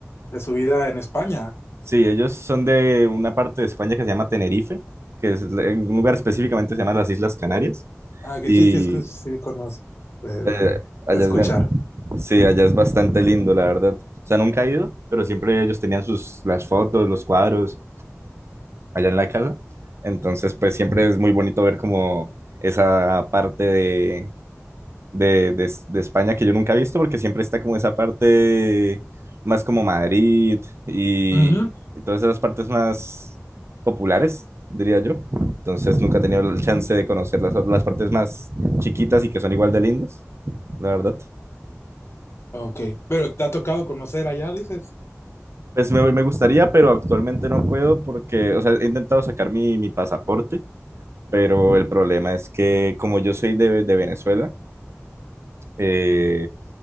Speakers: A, on the left; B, on the right.
A: de su vida en España.
B: Sí, ellos son de una parte de España que se llama Tenerife, que es en un lugar específicamente se llama las Islas Canarias.
A: Ah, que
B: Y
A: sí, sí, es que sí conozco de,
B: eh,
A: de,
B: allá
A: de escuchar.
B: es de- sí, allá es bastante lindo, la verdad. O sea, nunca he ido, pero siempre ellos tenían sus, las fotos, los cuadros allá en la casa. Entonces, pues siempre es muy bonito ver como esa parte de, de, de España que yo nunca he visto porque siempre está como esa parte más como Madrid y,
A: Ujú.
B: y todas esas partes más populares, diría yo. Entonces nunca he tenido el chance de conocer las, las partes más chiquitas y que son igual de lindas, la verdad.
A: Ok, pero te ha tocado conocer allá, dices.
B: Pues me, me gustaría, pero actualmente no puedo porque, o sea, he intentado sacar mi, mi pasaporte, pero el problema es que como yo soy de, de Venezuela, eh,